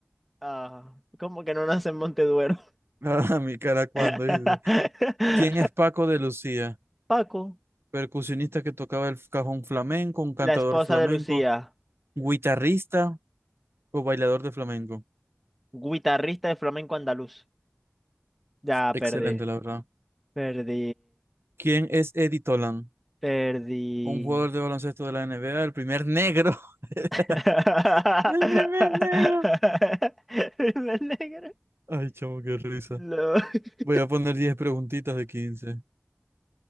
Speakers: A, in the centre; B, on the right.
A: Ah, ¿cómo que no nace en Monteduero?
B: <laughs> A mi cara cuando
A: <laughs>
B: dice. ¿Quién es Paco de Lucía?
A: Paco,
B: Percusionista que tocaba el cajón flamenco, un cantador
A: la esposa
B: flamenco,
A: de Lucía,
B: guitarrista, O bailador de flamenco.
A: guitarrista de flamenco andaluz. Ya
B: Excelente,
A: perdí,
B: la verdad.
A: perdí,
B: ¿Quién es Eddie Tolan?
A: perdí.
B: Un jugador de baloncesto de la NBA, el primer negro. <laughs>
A: <laughs>
B: El primer negro.
A: Me alegro.
B: Ay, chamo, qué risa.
A: No. <laughs>
B: Voy a poner 10 preguntitas de 15.